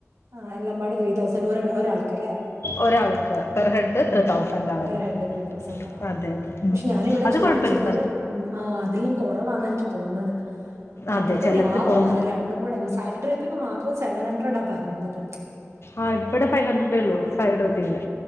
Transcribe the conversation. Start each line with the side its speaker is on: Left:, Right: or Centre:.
Right: ആഹ് എല്ലാം പാട് ത്രീ തൗസൻഡ് ഒര ഒരാൾക്ക്ല്ലേ
Left: ഒരാൾക്ക് പെർ ഹെഡ്
Right: ഉം
Left: ത്രീ തൗസൻഡ് ആവുന്നു
Right: പെർ ഹെഡ് ത്രീ തൗസൻഡാ
Left: അതെ അതെ ഉം,
Right: പക്ഷെ
Left: ഉം.
Right: ഞാന് ഇവിടെ
Left: അത്
Right: ചോയിച്ചത്
Left: കുഴപ്പമില്ല നല്ല
Right: ഉം ആഹ് അതിലും കൊറവാന്നാ എനിക്ക് തോന്നുന്നത് ഇനി
Left: അതെ
Right: അത്ര തന്നെ
Left: ചിലർക്ക്
Right: ആവൂന്ന്
Left: കുറവും
Right: അറിയില്ല രണ്ടും കൂടെ സാരി ട്രേപ്പിങ്ങ് മാത്രം സെവൻ ഹൺഡ്രഡാ പറഞ്ഞിരുന്നത്
Left: ആഹ് ഇവടെ ഫൈവ് ഹൺഡ്രഡേ ഉള്ളൂ സാരി ഡ്രേപ്പിങ്ങിന്